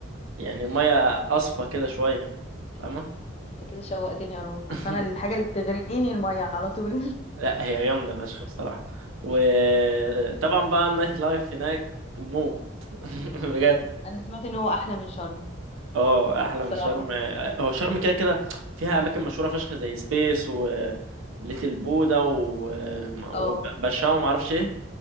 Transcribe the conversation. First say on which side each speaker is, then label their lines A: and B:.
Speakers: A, on the right; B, on the left.
A: يعني الميه اصفى كده شويه فاهمه
B: انت كده شوقتني اروح
A: <laughs>
B: اصل انا الحاجه اللي بتغريني الميه على طول
A: لا هي جامده فشخ بصراحه وطبعا بقى النايت لايف هناك موت <laughs> بجد
B: <laughs> انا سمعت ان هو احلى من شرم
A: اه احلى
B: الصراحه
A: من شرم آه، هو شرم كده كده فيها اماكن مشهوره فشخ زي سبيس و ليتل بودا و...
B: اه
A: وباشا وما اعرفش ايه